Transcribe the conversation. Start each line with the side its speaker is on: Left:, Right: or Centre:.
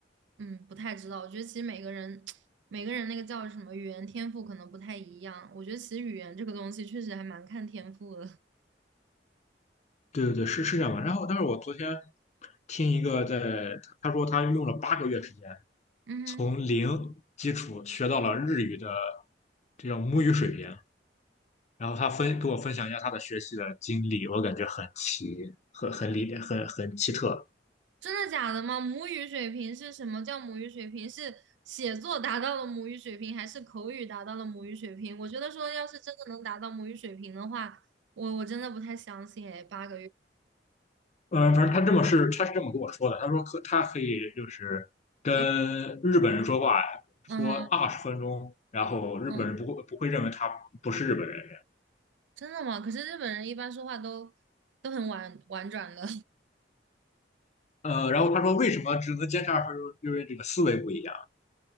Right: 嗯不太知道，我觉得其实每个人 <tsk> 每个人那个叫什么语言天赋可能不太一样，我觉得其实语言这个东西确实还蛮看天赋的。<laughs>
Left: 对对对，是是这样吧。然后，但是我昨天听一个在，他说他用了八个月时间
Right: 嗯哼。
Left: 从零基础学到了日语的这叫母语水平，然后他分给我分享一下他的学习的经历，我感觉很奇，很很理很很奇特。
Right: 真的假的吗？母语水平是什么叫母语水平？是写作达到了母语水平，还是口语达到了母语水平？我觉得说，要是真的能达到母语水平的话，我我真的不太相信诶，八个月，
Left: 呃，反正他这么是他是这么跟我说的，他说可他可以就是跟日本人说话，
Right: 嗯嗯
Left: 说二十分钟，然后日本人不会不会认为他不是日本人。
Right: 嗯，真的吗？可是日本人一般说话都都很婉婉转的
Left: 呃，然后他说为什么只能坚持二十分钟，因为这个思维不一样。